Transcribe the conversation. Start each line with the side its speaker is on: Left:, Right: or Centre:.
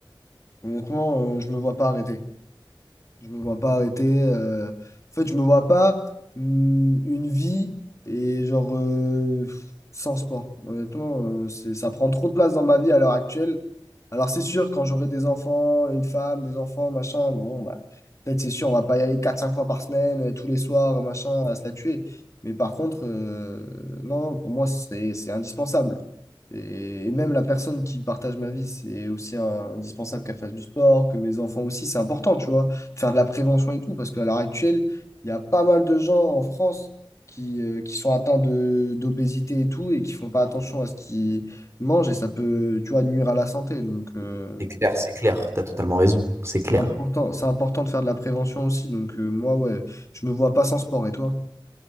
Left: Honnêtement, euh, je me vois pas arrêter. Je me vois pas arrêter. euh, En fait, je me vois pas hum, une vie et genre euh, sans sport. Honnêtement, euh, c'est- ça prend trop de place dans ma vie à l'heure actuelle. Alors c'est sûr, quand j'aurai des enfants, une femme, des enfants, machin, bon, bah, peut-être c'est sûr, on va pas y aller quatre cinq fois par semaine, euh, tous les soirs, machin, à se la tuer. Mais par contre, euh, non, non, pour moi, c'est c'est indispensable. Et, et même la personne qui partage ma vie, c'est aussi un- indispensable qu'elle fasse du sport, que mes enfants aussi, c'est important, tu vois faire de la prévention et tout, parce qu'à l'heure actuelle, il y a pas mal de gens en France qui, euh, qui sont atteints de, d'obésité et tout, et qui font pas attention à ce qu'ils mangent, et ça peut, tu vois, nuire à la santé. Donc, euh,
Right: C'est clair, c'est clair. Tu as totalement raison. C'est clair.
Left: c'est important, c'est important de faire de la prévention aussi. Donc, euh, moi, ouais, je me vois pas sans sport, et toi?